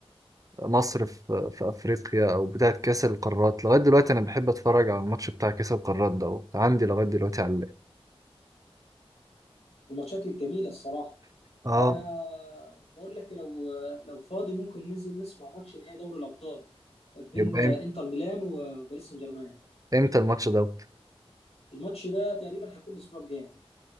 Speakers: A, on the right (about 35°); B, on the left (about 80°).
A: مصر في في أفريقيا أو بتاعت كأس القارات لغاية دلوقتي أنا بحب أتفرج على الماتش بتاع كأس القارات دوت عندي لغاية دلوقتي على اللاب
B: الماتشات الجميله الصراحه
A: اه
B: انا بقول لك لو لو فاضي ممكن ننزل نسمع ماتش نهائي دوري الابطال بين
A: يبقى
B: انتر
A: إم-
B: ميلان وباريس سان جيرمان
A: إمتى الماتش دوت؟
B: الماتش ده تقريبا هيكون الاسبوع الجاي